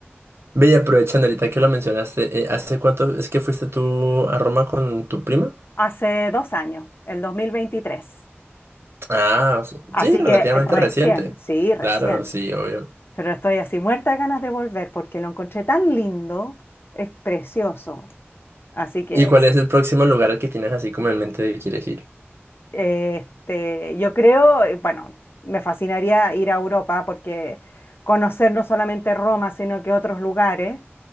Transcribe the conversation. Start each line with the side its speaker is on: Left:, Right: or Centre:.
Right: Ve, y aprovechando ahorita que lo mencionaste, eh, ¿hace cuánto es que fuiste tú a Roma con tu prima?
Left: Hace dos años, el 2023.
Right: Ah, o sea,
Left: Así
Right: sí, relativamente
Left: que recién,
Right: reciente.
Left: sí, recién.
Right: Claro, sí, obvio.
Left: Pero estoy así muerta de ganas de volver porque lo encontré tan lindo, es precioso. Así que
Right: ¿Y cuál es el próximo lugar al que tienes así como en mente de que quieres ir?
Left: eh, este, yo creo, eh, bueno, me fascinaría ir a Europa porque conocer no solamente Roma, sino que otros lugares.